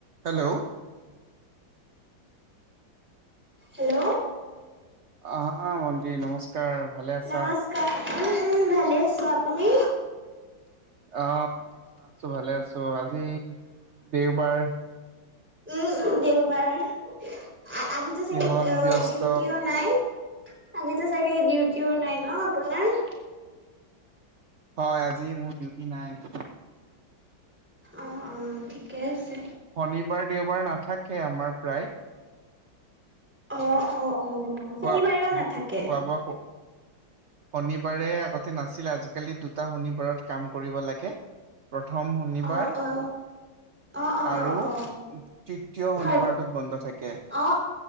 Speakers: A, on the right; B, in the centre.
A: Hello
B: hello.
A: আহা ভণ্টি নমস্কাৰ ভালে আছা?
B: নমস্কাৰ উম, উম ভালে আছো। আপুনি?
A: অ, আছো ভালে আছো আজি দেওবাৰ
B: উম উম দেওবাৰ আজি। আজিতো
A: কিহত
B: চাগে অ
A: ব্যস্ত
B: ডিউটিও নাই আজিতো চাগে ডিউটিও নাই ন আপোনাৰ?
A: হয় আজি মোৰ ডিউটি নাই।
B: অ অ ঠিকে আছে।
A: শনিবাৰ, দেওবাৰ, নাথাকে আমাৰ প্ৰায়।
B: অ অ অ অ
A: খোৱা
B: শনিবাৰেও নাথাকে।
A: <unintelligible> শনিবাৰে আগতে নাছিলে আজিকালি দুটা শনিবাৰত কাম কৰিব লাগে। প্ৰথম শনিবাৰ
B: অ অ অ অ
A: আৰু
B: অ অ
A: তৃতীয়
B: থাৰ্ড
A: শনিবাৰটোত বন্ধ থাকে।
B: অ